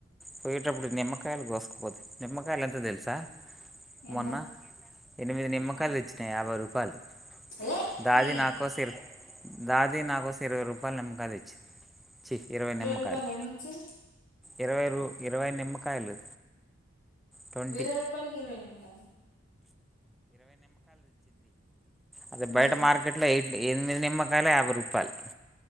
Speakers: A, in the centre; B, on the left.
A: పోయేటప్పుడు నిమ్మకాయలు కోసుకుపోతే నిమ్మకాయలు ఎంతో తెలుసా
B: ఎంత
A: మొన్న ఎనిమిది నిమ్మకాలు
B: ఆ
A: తెచ్చిన యాభై రూపాయలు
B: ఏ
A: దాది
B: ఈ
A: నాకోసం ఇరు దాది నా కోసం ఇరవై రూపాయల నిమ్మకాయలియ్ ఇరవై నిమ్మకాయలు
B: రూపాయలు ఎన్నొచ్చేది
A: ఇరవై రూ ఇరవై నిమ్మకాయలు ట్వంటీ
B: వేరరు రూపాయలకి ఇరవై నిమ్మకాయలు
A: అది
B: మ్మ్
A: బయట మార్కెట్లో ఎయిట్ ఎనిమిది నిమ్మకాయలు యాభై రూపాయలు